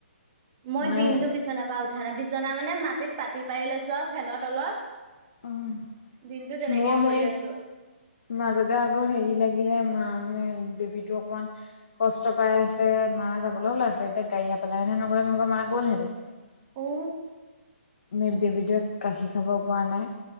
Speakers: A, on the right; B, on the left.
A: মই
B: মানে
A: দিনতটো বিচনাৰ পৰা উঠা নাই বিছনা মানে মাটিত পাতি পাৰি লৈছো আৰু ফেনৰ তলত
B: উ
A: দিনটো তেনেকে
B: মোৰ
A: পৰি
B: সেই
A: আছো
B: মাজতে আকৌ হেৰি লাগিল লিলে মা মানে বেবীতো অকণমান কষ্ট পাই আছে মা যাবলৈ ওলাই আছিলে এতিয়া গাড়ী ন পেহন নগলে নহা মা গলহেতেন
A: অ
B: মে বেবিটোয়ে গাখি খাব পৰা নাই